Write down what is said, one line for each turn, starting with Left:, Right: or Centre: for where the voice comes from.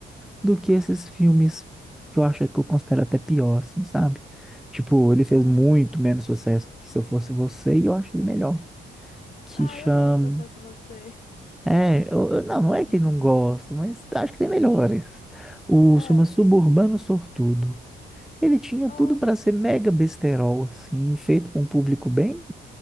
Centre: do que esses filmes que eu acho que eu considero até pior, assim, sabe? Tipo, ele fez
Left: ah,
Centre: muito menos sucesso do que Se Eu Fosse Você e eu acho ele melhor. Que
Left: ah,
Centre: chama.
Left: eu gosto se eu fosse você.
Centre: É, eu- eu- não,
Left: <laughs>
Centre: não é que não gosto, mas acho que tem melhores. O
Left: É,
Centre: chama Suburbano Sortudo. Ele tinha
Left: ó.
Centre: tudo para ser mega besterol, assim, feito com um público bem